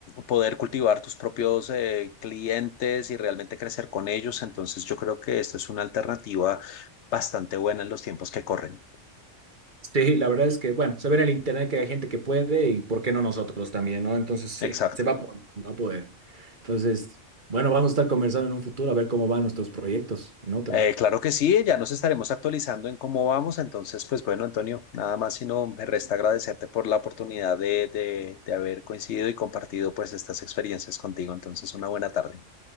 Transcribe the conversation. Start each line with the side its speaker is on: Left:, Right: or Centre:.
Left: poder cultivar tus propios eh, clientes y realmente crecer con ellos. Entonces yo creo que esta es una alternativa bastante buena en los tiempos que corren.
Right: Sí, la verdad es que, bueno, se ve en el internet que hay gente que puede y por qué no nosotros también, ¿no? Entonces, sí,
Left: Exacto.
Right: se va a poder, va a poder. Entonces, bueno, vamos a estar conversando en un futuro a ver cómo van nuestros proyectos en otra.
Left: Eh, claro que sí, ya nos estaremos actualizando en cómo vamos. Entonces, pues bueno, Antonio, nada más sino me resta agradecerte por la oportunidad de, de, de haber coincidido y compartido pues estas experiencias contigo. Entonces, una buena tarde.